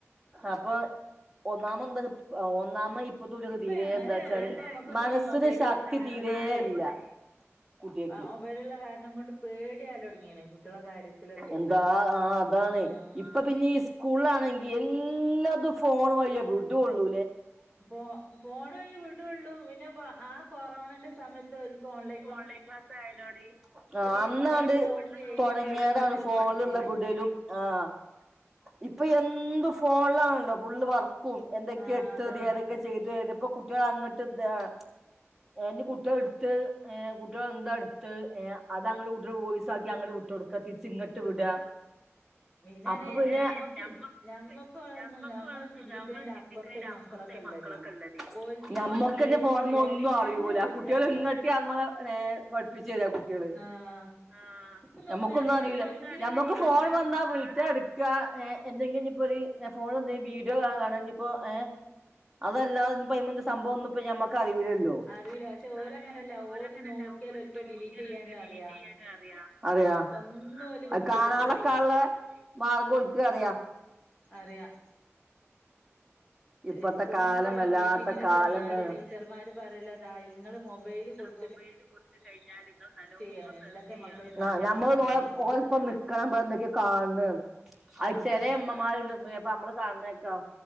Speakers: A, in the centre; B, on the left.
A: അപ്പൊ ഒന്നാമ <unintelligible> ഒന്നാമ ഇ <unintelligible>
B: ഇപ്പ
A: തീരേ എന്താ
B: അല്ല
A: വച്ചാല്
B: ഇപ്പ നമ്മുക്കൊക്കെ
A: മനസ്സിന്
B: ഈ മൊബൈലുള്ള
A: ശക്തി
B: കാരണം
A: തീരേല്ല
B: കൊണ്ടേ
A: കുട്ടിയക്ക്
B: മൊബൈലുള്ള കാരണം കൊണ്ട് പേടിയാവലൊടങ്ങീണ് കുട്ടികളെ കാര്യത്തിലൊക്കെ
A: എന്താ ആഹ് അതാണ്
B: ആഹ്
A: ഇപ്പൊ പിന്നെ ഈ സ്കൂളാണെങ്കിൽ എല്ലാതും ഫോൺ വഴിയേ വിടൊള്ളൂ.
B: ഫോ ഫോണ് വഴി വീട്ടുകളിലും പിന്നെ ആ കൊറോണന്റെ സമയത്ത് ഓർക് ഓൺലൈ
A: ഓൺ ലൈൻ ക്ലാസ് ആയിനോടി വന്ന്
B: ഈ ഫോണില്
A: അങ്ങട്
B: നോക്കി എഴുതിയും
A: തൊടങ്ങിയതാണ്
B: വായിച്ചും പഠിച്ചോല്
A: ഫോണിലുള്ള
B: പഠിച്ചീന്
A: പിടി <unintelligible> ആഹ് ഇപ്പൊ എന്തും ഫോ ഫോണിലാണല്ലോ ഫുൾ വർക്കും. എന്തൊക്കെയ
B: ആഹ്
A: എടുത്തത്
B: അതന്നെ
A: ഏതൊക്കെയാ ചെയ്തതു. ഇതിപ്പോ കുട്ട്യാൾ അങ്ങ <unintelligible> ഞാൻ ഇനി കുട്ട്യളെ എടുത്ത് ഏഹ് കുട്ടികൾ എന്താ എടുത്ത് ഏഹ് അത് അങ്ങട് കുട്ട്യള് വോയിസാക്കി അങ്ങട് വി <unintelligible> തിരിച് ഇങ്ങട്ട്
B: ഇട്ട് കൊടുക്ക
A: വിടുക
B: പിന്നെണ്
A: അപ്പൊ പിന്നെ
B: ഞമ്മക്ക്
A: <unintelligible> നമ്മക്ക്
B: ഞമ്മക്ക് ഒന്നും ഞമ്മൾ
A: വേറൊന്നുല്ലാ
B: ചിന്തിക്കുന്നതിന്റെ
A: നമ്മള് ചിന്തിക്
B: അപ്പുറത്തെ
A: <unintelligible>
B: ഈ
A: അപ്പറത്തു
B: മക്കളൊക്കെ
A: ഈ
B: ഉള്ളത്
A: മക്കളൊക്കേ ഇള്ളേര്.
B: ഓൽക്ക്
A: നമ്മക്ക്
B: ഈ മൊബൈലിന്റെ
A: ഇത് ഫോണും
B: എല്ലാം
A: മേൽ അറിയൂല
B: ഓൽക്ക്
A: കുട്ട്യാള്
B: അറിയാം
A: ഇങ്ങെത്തിയ അം <unintelligible> നേരെ പഠിപ്പിച്ചു തരാ കുട്ട്യള്.
B: ആഹ്
A: ആഹ് ഞമ്മക്കൊന്നും
B: ഒന്നും
A: അറിയില്ല.
B: ഇവൽക്ക്
A: ഞമ്മക്ക്
B: കാണാ
A: ഫോൺ വന്നാ വിളിച്ചാ എടു <unintelligible> ഏഹ് എന്തെങ്കിലും ഇനിപ്പോ ഒരു ഫോണ് <unintelligible> വീഡിയൊ കാണുകാണെങ്കി <unintelligible> ഏഹ് അതല്ലാതെ ഇനിപ്പ <unintelligible> സംഭവം ഒന്നും ഇപ്പ ഞമ്മ <unintelligible> അറിയൂല്ലല്ലോ.
B: അറിയില്ല പക്ഷെ ഓല്
A: അറിയൂല
B: അങ്ങനെയല്ല
A: പക്ഷെ ഓര്
B: ഓല്
A: അങ്ങനെയല്ല
B: നോക്കിയാൽ
A: ഓര്
B: ഓൽക്ക്
A: നോക്കിയാല്
B: ഡിലീറ്റ് ചെയ്യാനും
A: ഓർക്ക് ഡിലീറ്റ്
B: അറിയാ
A: ചെയ്യാനും അറിയാം. <unintelligible> അറിയാം
B: ഒന്നും ഓല് വെക്കൂലല്ലോ
A: കാണാനൊക്കാ
B: ഓല്
A: ഉള്ള മാർഗ്ഗം ഇനിക്ക് അറിയാം
B: അറിയാം ശെരി
A: ഇപ്പത്തെ
B: സ്കൂളിനൊക്കെ
A: കാലം
B: അതാ
A: വല്ലാത്ത
B: മീറ്റിങ്ങിന്
A: കാലം
B: ചെന്നാല്
A: തന്നെ
B: ടീച്ചർമാര് പറയലതാ ഇങ്ങള് മൊബൈല് കൊട്
A: മൊബൈല് കൊടുത്തു കഴിഞ്ഞാൽ നിങ്ങള് നല്ലോണം
B: ചെയ്യണം എന്തൊക്കെ മക്കൾ
A: <unintelligible>
B: കണ്ട്
A: നമ്മള്
B: എന്നുള്ളതും
A: പോയ പോയപ്പോ നിക്കാൻ പറ എന്തൊക്കെ കാണൂ ന്ന് അഅ്
B: ആഹ്
A: ച്ചലേ ഇമ്മമാര് നിന്ന് അപ്പ നമ്മള് കാണണേക്ക